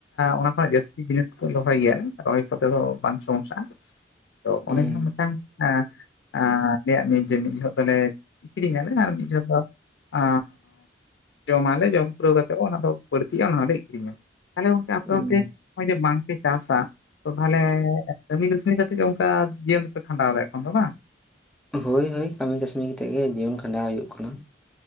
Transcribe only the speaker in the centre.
ᱦᱩᱸ
ᱦᱩᱸ
ᱦᱳᱭ ᱦᱳᱭ ᱠᱟᱹᱢᱤ ᱠᱟᱹᱥᱱ ᱠᱟᱛᱮᱫ ᱜᱮ ᱡᱤᱭᱚᱱ ᱠᱷᱟᱸᱰᱟᱣ ᱦᱩᱭᱩᱜ ᱠᱟᱱᱟ